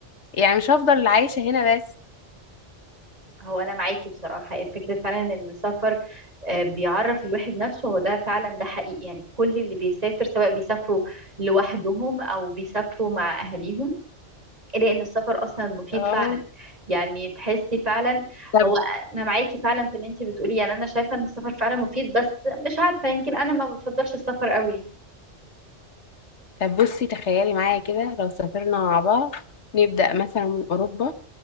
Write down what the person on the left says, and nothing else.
يعني مش هفضل عايشة هنا بس
اه
طب
طب بصي تخيلي معايا كده لو سافرنا مع بعض نبدأ مثلا من اوروبا